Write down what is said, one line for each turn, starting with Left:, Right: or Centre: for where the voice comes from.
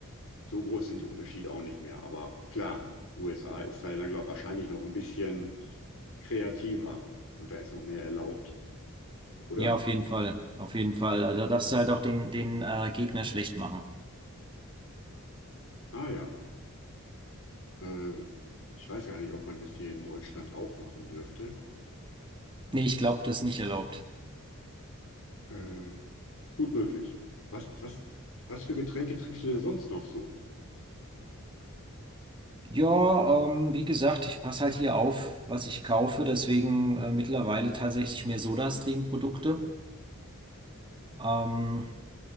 Left: so groß sind die Unterschiede auch nicht mehr. Aber klar, USA ist da, glaube wahrscheinlich noch ein bisschen kreativer und da ist noch mehr erlaubt, oder?
Right: Ja, auf jeden Fall. Auf jeden Fall. Also Da darfst du halt auch den, den äh, Gegner schlecht machen.
Left: Ah ja, äh, ich weiß gar nicht, ob man das hier in Deutschland auch machen dürfte.
Right: Nee, ich glaube, das ist nicht erlaubt.
Left: Äh, gut möglich. Was, was, was für Getränke trinkst du denn sonst noch so?
Right: Ja, ähm, wie gesagt, ich passe halt hier auf, was ich kaufe, deswegen äh, mittlerweile tatsächlich mehr SodaStream-Produkte. Ähm,